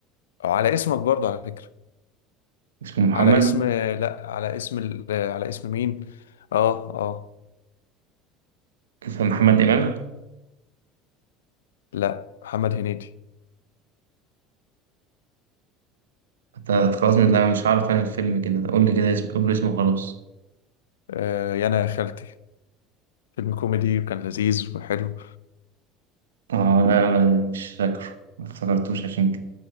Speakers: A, on the left; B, on the right.
A: على اسمك برضه على فكرة
B: اسمه محمد
A: على اسم لا على اسم ال- على اسم مين اه اه
B: اسمه محمد إمام
A: لا محمد هنيدي
B: أنت خلاص من ده مش عارف عن الفيلم كده قول لي كده اسم قول لي اسمه خلاص
A: آه يا انا يا خالتي فيلم كوميدي وكان لذيذ وحلو
B: اه لا ما- مش فاكره ما افتكرتوش عشان كده